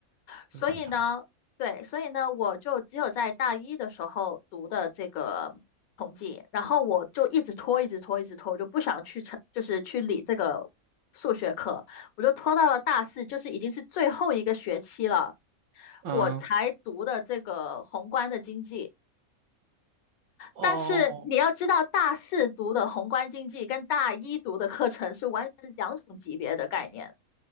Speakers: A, on the left (about 80°); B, on the right (about 80°).
A: 所以呢，
B: 你想啥？
A: 对，所以呢，我就只有在大一的时候读的这个统计，然后我就一直拖，一直拖，一直拖，我就不想去成，就是去理这个数学课，我就拖到了大四，就是已经是最后一个学期了，
B: 嗯
A: 我才读的这个宏观的经济。
B: 哦，
A: 但是你要知道，大四读的宏观经济跟大一读的课程是完全两种级别的概念，